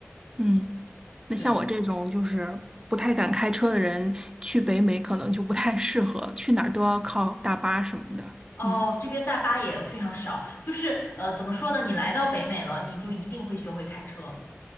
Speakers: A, on the right; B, on the left.
A: 嗯，那像我这种就是不太敢开车的人，
B: 对，
A: 去北美可能就不太适合，去哪儿都要靠大巴什么的。
B: 哦，
A: 嗯
B: 这边大巴也非常少，就是呃，怎么说呢？你来到北美了，你就一定会学会开车，